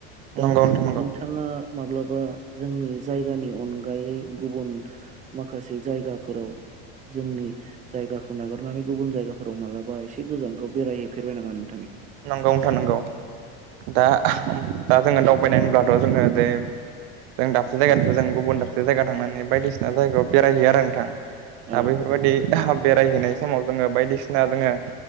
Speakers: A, on the right; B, on the right.
A: दा
B: नंगौ नोंथां नंगौ नोंथां नंगौ नोंथां नंगौ
A: नोंथाङा माब्लाबा जोंनि जायगानि अनगायै गुबुन माखासे बे जायगाफोराव जोंनि जायगाखौ नागारनानै गुबुन जायगाफोराव मालाबा एसे गोजानफ्राव बेरायहैफेरबाय नामा नों
B: नंगौ नोंथां नांगौ दा उम दा जोङो दावबायनाय होनब्लाथ' जोङो बे जों दाबसे जायगानिफ्राय जों गुबुन दाबसे जायगायाव थांनानै बायदिसिना जायगायाव बेरायहयो आरो नोंथां दा
A: औ
B: बेफोरबायदि बेरायहैनाय समाव जोङो बायदिसिना जोङो